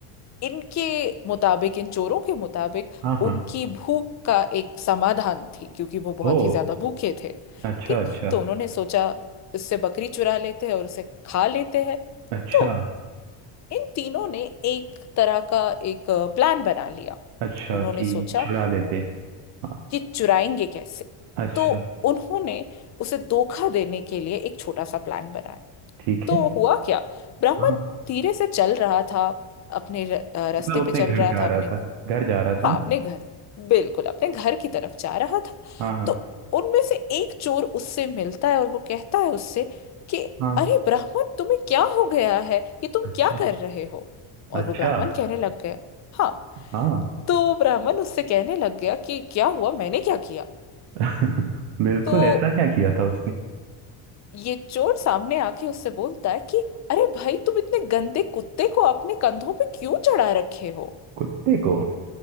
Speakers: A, on the left; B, on the right.
A: इनके मुताबिक इन चोरों के मुताबिक
B: हाँ हाँ
A: उनकी भूख का एक समाधान थी क्योंकि वो बहुत
B: ओ
A: ही ज्यादा भूखे थे
B: अच्छा
A: ठीक
B: अच्छा
A: तो उन्होंने सोचा इससे बकरी चुरा लेते हैं और उसे खा लेते हैं
B: अच्छा
A: तो इन तीनों ने एक तरह का एक प्लान बना लिया
B: अच्छा
A: उन्होंने
B: कि
A: सोचा
B: चुरा लेते हाँ
A: कि चुराएंगे कैसे
B: अच्छा
A: तो उन्होंने उसे धोखा देने के लिए एक छोटा सा प्लान बनाया
B: ठीक
A: तो
B: है
A: हुआ क्या ब्राह्मण
B: हाँ
A: धीरे से चल रहा था अपने र- अ, रास्ते
B: मतलब
A: पे
B: अपने
A: चल
B: घर
A: रहा
B: जा
A: था अपने
B: रहा था घर जा रहा था
A: हाँ
B: ना
A: अपने घर बिल्कुल अपने घर की तरफ जा रहा था
B: हाँ हाँ हाँ
A: तो उनमें से एक चोर उससे मिलता है और वो कहता है उससे कि
B: हाँ,
A: अरे ब्राह्मण तुम्हें क्या हो गया है ये तुम
B: अच्छा
A: क्या कर रहे हो और
B: अच्छा
A: वो ब्राह्मण कहने लग गए हाँ
B: हाँ
A: तो वो ब्राह्मण उससे कहने लग गया कि क्या हुआ मैंने क्या किया
B: <laughs> बिल्कुल
A: तो
B: ऐसा क्या किया था उसने
A: ये चोर सामने आके उससे बोलता है कि अरे भाई तुम इतने गंदे कुत्ते को अपने कंधों पे क्यों चढ़ा रखे हो
B: कुत्ते को